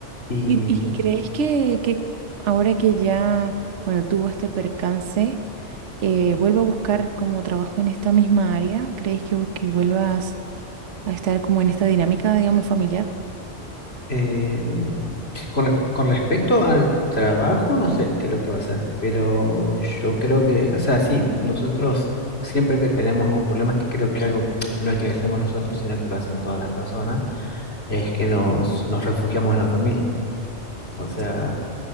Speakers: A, on the left (about 55°); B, on the right (about 70°).
A: Y
B: ¿Y, y crees que, que ahora que ya, bueno, tuvo este percance, eh, vuelva a buscar como trabajo en esta misma área? ¿Crees que, que vuelvas a estar como en esta dinámica, digamos, familiar?
A: eh, con, respe- con respecto al trabajo, no sé qué es lo que va a ser pero yo creo que, o sea, sí, nosotros siempre que tenemos algún problema, es que creo que algo no es que hacemos nosotros, sino que lo hacen todas las personas es que nos, nos refugiamos en la familia. O sea,
B: Sí.